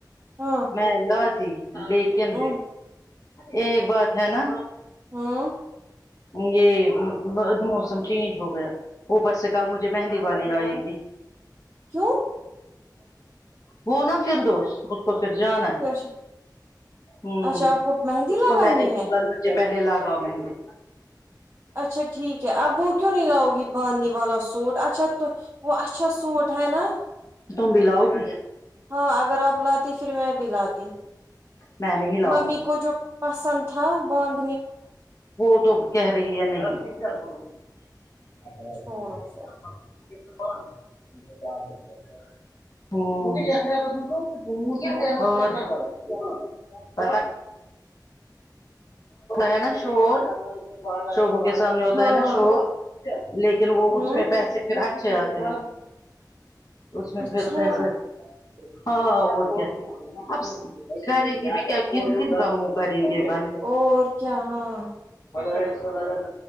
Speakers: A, on the right (about 30°); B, on the left (about 50°).
A: ہاں
B: میں لاتی لیکن
A: ہ
B: ایک بات ہے نا
A: ہوں
B: یہ موسم چینج ہو گیا وہ پر سے کل مجھے مہندی والی آئے گی
A: کیوں
B: وہ نا فردوس اس کو پھر جانا ہے
A: اچھا
B: ہ
A: اچھا آپ کو مہندی
B: اس
A: لگانی
B: کو میں نے
A: ہے
B: جی پہلی لگاو مہندی
A: اچھا ٹھیک ہے اب وہ کیوں نہیں لاؤ گی باندنی والا سوٹ اچھا تو وہ اچھا سوٹ ہے نا
B: تم بھی لاؤ گی
A: ہاں اگر آپ لاتی پھر میں بھی لاتی
B: میں نہیں لاؤں
A: ممی
B: گی
A: کو جو پسند تھا بان
B: وہ تو کہہ رہی ہے نہیں <unintelligible>
A: چھوڑو پھر
B: ہاں ہاں پتا ہے نا شور شوبو کے سامنے ہوتا
A: ہاں
B: نا شو لیکن وہ
A: ہوں
B: اس میں پیسے پھر اچھے آتے ہیں اس میں
A: اچھا
B: پھر پیسے ہاں اور کیا اب
A: ٹھیک
B: کہہ رہے کی ا بھی کیا کن کن کا موں کریں گے آپن
A: اور کیا ہاں
B: <unintelligible>